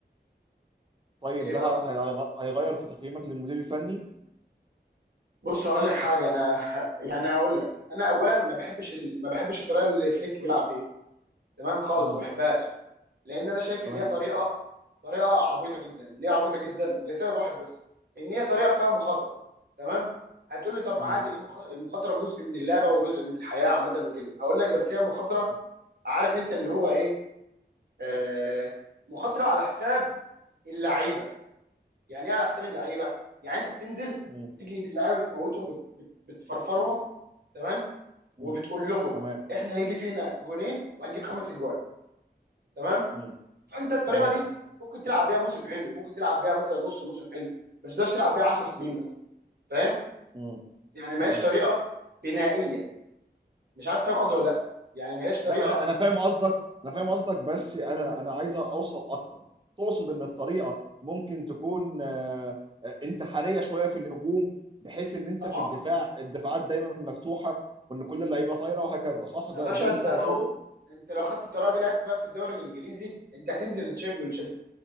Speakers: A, on the right; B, on the right.
A: طيب
B: ايه
A: ده
B: بقى
A: هيغ- هيغير في تقييمك للمدير الفني
B: بص هقول لك حاجه انا ه- يعني
A: مم.
B: هقول لك انا اولا ما بحبش ال... ما بحبش الطريقه اللي فليك بيلعب بيها تمام خالص
A: مم.
B: ما بحبهاش لان انا شايف
A: تمام
B: ان هي طريقه طريقه عبيطه جدا ليه عبيطه جدا لسبب واحد بس ان هي طريقه فيها مخاطره تمام هتقول لي طب ما
A: مم.
B: عادي إيه المخ- المخاطره جزء من اللعبه وجزء من الحياه عامه وكده هقول لك بس هي مخاطره
A: مم.
B: عارف انت اللي هو ايه آه مخاطره على حساب اللعيبه يعني ايه على حساب اللعيبه يعني انت بتنزل
A: مم. مم.
B: بتيجي اللعيبه بتموتهم بت... بت... بتفرفرهم تمام
A: مم.
B: وبتقول لهم
A: تمام
B: احنا هيجي فينا جونين وهنجيب خمس اجوان تمام
A: مم.
B: فانت الطريقه
A: تمام
B: دي ممكن تلعب بيها موسم حلو ممكن تلعب بيها مثلا نص موسم حلو بس ما تقدرش تلعب بيها 10 سنين مثلا فاهم
A: مم.
B: يعني ما هياش
A: مم.
B: طريقه بنائيه مش عارف فاهم قصدي ولا لا يعني ما هياش طريقه
A: لا انا انا فاهم قصدك انا فاهم قصدك بس انا انا عايز اوصل اكتر تقصد ان الطريقه ممكن تكون آه، آه، انتحاريه شويه في الهجوم بحيث ان انت
B: طبعا
A: في الدفاع الدفاعات دايما مفتوحه وان كل اللعيبه طايره وهكذا صح ده
B: يا باشا
A: ده اللي
B: انت
A: انت تقصده
B: لو انت لو خدت الطريقه دي لعبت بقى في الدوري الانجليزي انت هتنزل للتشامبيون شيب